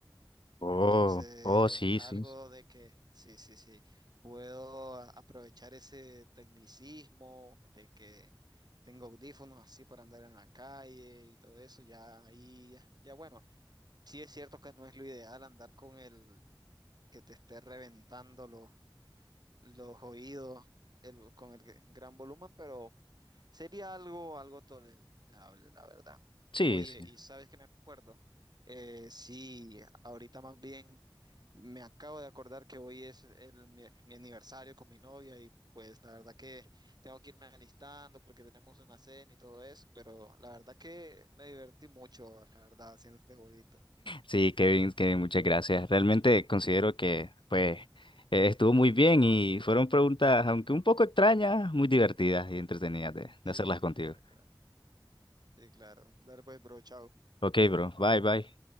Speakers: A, on the left; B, on the right.
A: Oh,
B: Entonces,
A: oh,
B: es
A: sí,
B: algo
A: sí.
B: de que sí, sí, sí, puedo a- aprovechar ese tecnicismo de que tengo audífonos así para andar en la calle y todo eso, ya ahí, ya, ya bueno, sí es cierto que no es lo ideal andar con el que te esté reventando los, los oídos el- con el gr- gran volumen, pero sería algo, algo tolerable, la verdad.
A: Sí,
B: Oye,
A: sí.
B: y sabes que me acuerdo, Eh, sí, ahorita más bien me acabo de acordar que hoy es el, mi, mi aniversario con mi novia y pues la verdad que tengo que irme alistando porque tenemos una cena y todo eso, pero la verdad que me divertí mucho, la verdad, haciendo este jueguito.
A: Sí, Kevin, Kevin, muchas gracias. Realmente considero que pues eh, estuvo muy bien y fueron preguntas, aunque un poco extrañas, muy divertidas y entretenidas de,
B: Sí,
A: de hacerlas contigo.
B: claro, claro. Sí, claro. Dale pues, bro, chao.
A: Ok, bro. Bye, bye.